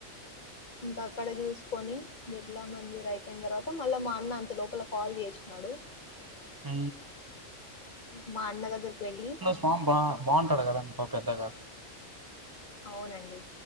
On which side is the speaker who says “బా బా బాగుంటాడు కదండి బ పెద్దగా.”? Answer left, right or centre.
Right